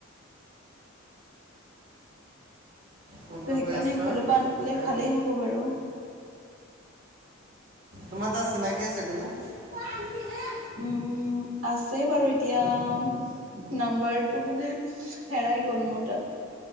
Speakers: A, on the right; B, on the right.
A: কোনটো
B: ত' সেইকাৰণে
A: বেষ্ট
B: সিফালৰ
A: হয়
B: পৰা
A: তোক
B: আনিলে
A: ক'লেই
B: ভালেই
A: হ'ল।
B: হ'ব বাৰু।
A: তোমাৰ তাত চিনাকি আছে কোনো? খোৱা শান্তি নাই?
B: উম, আছে বাৰু এতিয়া নাম্বাৰটো মানে হেৰাই গ'ল মোৰ তাত।